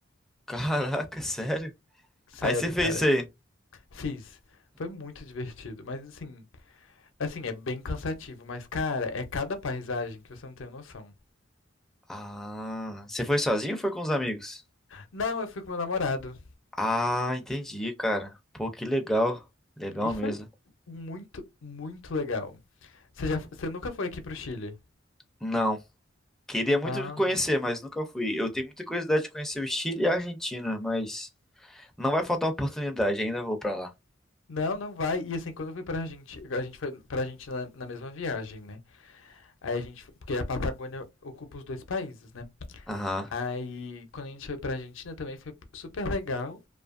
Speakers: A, in the centre; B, on the left (about 80°).
A: <laughs> Caraca, sério?
B: Sério,
A: Aí você fez
B: cara.
A: isso aí.
B: Fiz. Foi muito divertido, mas assim... Assim, é bem cansativo, mas cara, é cada paisagem que você não tem noção.
A: Ah, você foi sozinho ou foi com os amigos?
B: Não, eu fui com meu namorado.
A: Ah, entendi, cara. Pô, que legal. Legal
B: E foi
A: mesmo.
B: muito, muito legal. Você, já, você nunca foi aqui pro Chile?
A: Não, queria muito
B: Ah.
A: conhecer, mas nunca fui. Eu tenho muita curiosidade de conhecer o Chile e a Argentina, mas não vai faltar oportunidade, ainda vou pra lá.
B: Não, não vai. E assim, quando eu fui pra Argentina, a gente foi pra Argentina na, na mesma viagem, né? Aí a gente, porque a Patagônia ocupa os dois países, né?
A: Aham.
B: Aí, quando a gente foi pra Argentina também foi super legal.